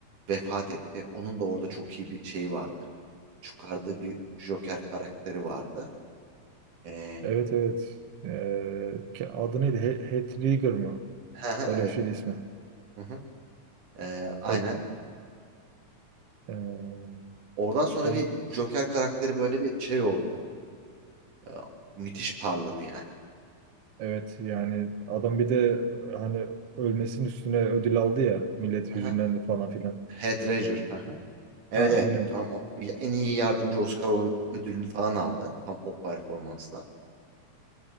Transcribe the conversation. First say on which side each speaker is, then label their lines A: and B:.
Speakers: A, on the right; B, on the right.
A: vefat etti. Onun da orada çok iyi bir şeyi vardı. Çıkardığı bir Joker karakteri vardı. E,
B: Evet evet. Ee, ke- adı neydi? He- Heath Ledger mı?
A: <laughs>
B: Öyle
A: evet.
B: bir şeydi ismi.
A: Hı hı. E, aynen.
B: O Ee,
A: Oradan sonra
B: onu
A: bir Joker karakteri böyle bir şey oldu. E, müthiş parladı yani.
B: evet yani adam bir de e, hani ölmesinin üstüne ödül aldı ya millet
A: Hı
B: hüzünlendi
A: hı.
B: falan filan.
A: Heath Ledger. <laughs> Evet
B: Ha
A: evet.
B: aynen.
A: Tam o- en iyi yardımcı Oscar o- ödülünü falan aldı. Tam o performansla.